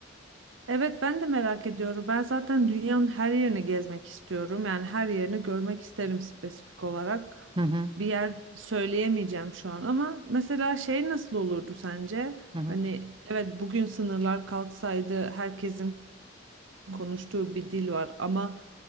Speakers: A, on the right; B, on the right.
A: Evet ben de merak ediyorum. Ben zaten dünyanın her yerini gezmek istiyorum. Yani her yerini görmek isterim spesifik olarak.
B: Hı hı,
A: Bir yer söyleyemeyeceğim şu an ama mesela şey nasıl olurdu sence?
B: hı hı.
A: Hani evet bugün sınırlar kalksaydı herkesin konuştuğu bir dil var ama